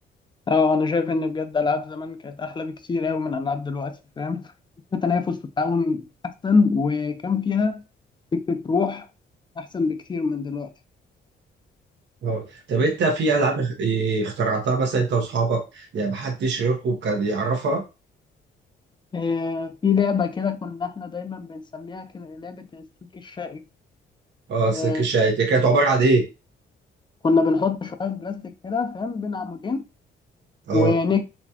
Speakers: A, on the left; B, on the right.
A: اه انا شايف ان بجد العاب زمان كانت احلى بكتير قوي من العاب دلوقتي فاهم في تنافس والتعاون احسن وكان فيها فكره روح احسن بكتير من دلوقتي
B: اه طب انت في ألعاب اخ- اخترعتها مثلا انت واصحابك يعني محدش غيركم كان يعرفها
A: آه في لعبه كده كنا احنا دايما بنسميها كده لعبه السلك الشائك
B: اه السلك
A: آه
B: الشاي دي كانت عبارة عن ايه؟
A: كنا بنحط شويه بلاستيك كده فاهم بين عمودين
B: اه
A: ونك